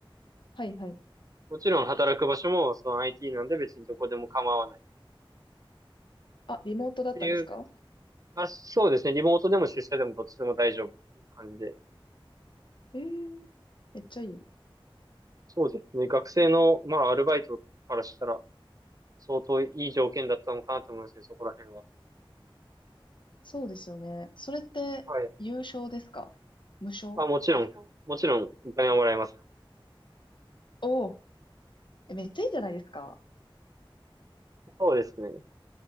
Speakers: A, on the left; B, on the right.
A: はいはい。
B: もちろん働く場所もその IT なんで別にどこでも構わないっ
A: あ、リモートだったんですか
B: ていうあ、そうですね。リモートでも出社でもどっちでも大丈夫っていう感じで。
A: ええめっちゃいい。
B: そうですね。学生の、まあ、アルバイトからしたら、相当いい条件だったのかなと思いますね、そこら辺は。
A: そうですよね。それって、
B: はい。
A: 有償ですか無償
B: あ、もちろん、もちろん、お金はもらえますよ。
A: おおえ、めっちゃいいじゃないですか。
B: そうですね。